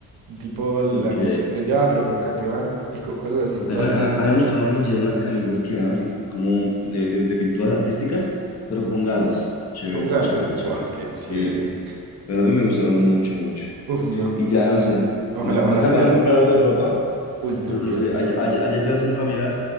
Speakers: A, on the right (about 80°); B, on the left (about 45°).
A: tipo La
B: Ok.
A: noche estrellada, pero con un capibara y co- cosas así, todas
B: Ha, ha-
A: bonitas,
B: ha demostrado unos- ayer unas camisas que eran así como de, de, de pinturas artísticas, pero con gatos. Chéveres,
A: con gatos.
B: chéveres,
A: Buah,
B: chéveres.
A: qué chévere.
B: Sí, pero a mí me gustaron mucho, mucho.
A: Uf, no.
B: Y ya no sé,
A: Ojalá,
B: mm,
A: ojalá
B: estaba
A: tener.
B: pensando en comprar algo de ropa,
A: Uy, también.
B: pero no sé, ayer, ayer- ayer fui al centro a mirar